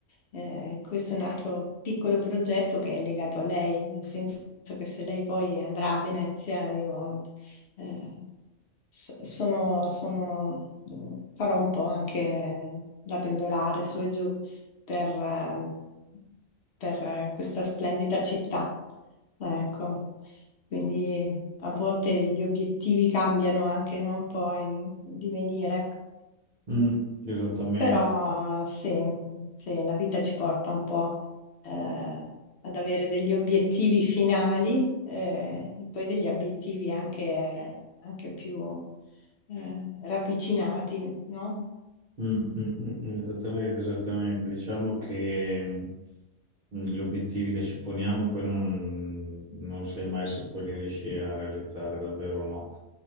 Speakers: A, on the left; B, on the right.
A: eh, questo è un altro piccolo progetto che è legato a lei, nel senso che se lei poi andrà a Venezia io eh, s- sono, sono- farò un po' anche da pendolare su e giù per, eh, per, eh, questa splendida città. Ecco, quindi a volte gli obiettivi cambiano anche, no? Un po' in divenire,
B: Mm, esattamente,
A: però se, se la vita ci porta un po' eh, ad avere degli obiettivi finali eh, e poi degli obiettivi anche, anche più eh, ravvicinati, no?
B: Mm, mm, mm, mm, esattamente, esattamente. Diciamo che mm, gli obiettivi che ci poniamo poi non, non sai mai se poi li riesci a realizzare davvero o no.